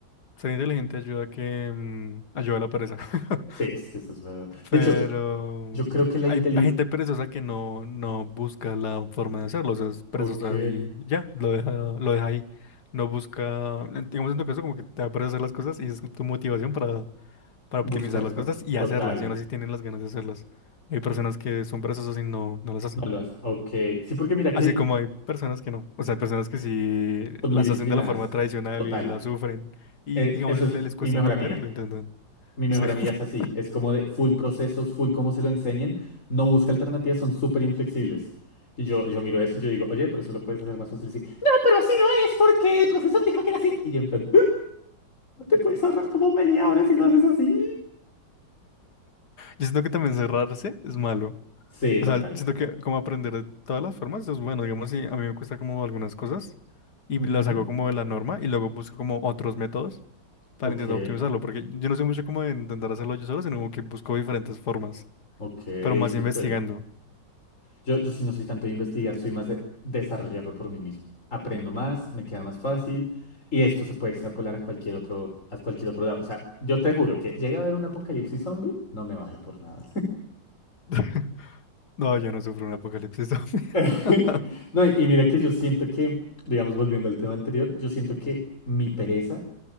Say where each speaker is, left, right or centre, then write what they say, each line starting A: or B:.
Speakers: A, on the left; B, on the left.
A: ser inteligente ayuda a que mm, ayuda a la pereza. <laughs>
B: Sí, es que eso es verdad. De
A: Pero
B: hecho,
A: mm,
B: yo creo que la
A: hay,
B: inteligencia...
A: hay gente perezosa que no, no busca la forma de hacerlo, o sea, es perezosa
B: Ok,
A: y ya, lo deja, lo deja ahí. No busca, en- digamos en tu caso, como que te da pereza hacer las cosas y es tu motivación para para
B: buscar
A: optimizar las
B: forma.
A: cosas y
B: Total,
A: hacerlas. Y aún así tienen las ganas de hacerlas. Hay personas que son perezosas y no, no las hacen.
B: no lo haces. Ok, sí, porque mira
A: Así
B: que
A: como hay personas que no. O sea, hay personas que sí
B: son
A: las
B: muy disciplinadas.
A: hacen de la forma tradicional
B: Total.
A: y las sufren. Y
B: Eh,
A: digamos,
B: eso
A: le-
B: es
A: les
B: mi
A: cuesta
B: mejor
A: entender
B: amiga.
A: y lo intentan.
B: Mi mejor
A: O sea,
B: amiga
A: <laughs>
B: es así, es como de full procesos, full cómo se lo enseñen, no busca alternativas, son súper inflexibles. Y yo, yo miro eso y yo digo, oye, pero eso lo puedes hacer más fácil así. No, pero así no es, porque el profesor dijo que era así. Y yo en plan, "Ah, te puedes ahorrar como media hora si lo haces así.
A: yo siento que también cerrarse es malo.
B: Sí,
A: O
B: total.
A: sea, siento que como aprender de todas las formas es bueno. Digamos, si a mí me cuesta como algunas cosas y
B: Ujú.
A: las hago como de la norma y luego busco como otros métodos para
B: Ok,
A: intentar optimizarlo, porque yo no sé mucho cómo de intentar hacerlo yo solo, sino como que busco diferentes formas,
B: ok,
A: pero más
B: súper.
A: investigando.
B: Yo, yo sí no soy tanto de investigar, soy más de desarrollarlo por mí mismo. Aprendo más, me queda más fácil y esto se puede extrapolar a cualquier otro, a cualquier otro lado. O sea, yo te juro que llega a haber un apocalipsis zombie, no me varo por nada.
A: <laughs> No, yo no sufro un apocalipsis zombie.
B: <laughs>
A: <laughs>
B: No, y, y mira que yo siento que, digamos, volviendo al tema anterior, yo siento que mi pereza